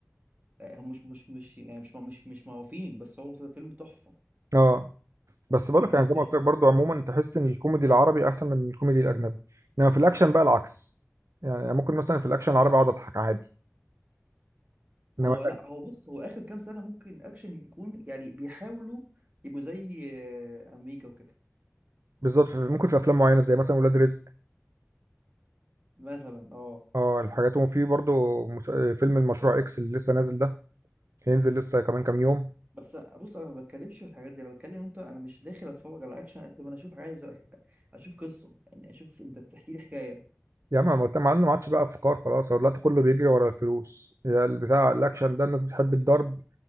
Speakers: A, on the right; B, on the right.
A: آه، هم مش مش مش يعني مش مش مش معروفين بس هو فيلم تحفه
B: اه بس بقول
A: بجد
B: لك يعني زي
A: تحفه
B: ما قلت لك برضه عموما تحس ان الكوميدي العربي احسن من الكوميدي الاجنبي انما في الاكشن بقى العكس يعني ممكن مثلا في الاكشن العربي اقعد اضحك عادي انما
A: هو لا هو بص هو اخر كام سنه ممكن اكشن يكون يعني بيحاولوا يبقوا زي آه، امريكا وكده
B: بالظبط في- ممكن في افلام معينه زي مثلا ولاد رزق
A: مثلا اه
B: اه الحاجات وفي برضه مس- فيلم المشروع اكس اللي لسه نازل ده هينزل لسه كمان كام يوم
A: بس بص انا ما بتكلمش في الحاجات دي انا بتكلم انت انا مش داخل اتفرج على اكشن قد ما انا اشوف عايز أ- اشوف قصه يعني اشوف انت بتحكي لي حكايه
B: يا عم ما مع انه ما عادش بقى افكار خلاص هو دلوقتي كله بيجري ورا الفلوس يا البتاع الاكشن ده الناس بتحب الضرب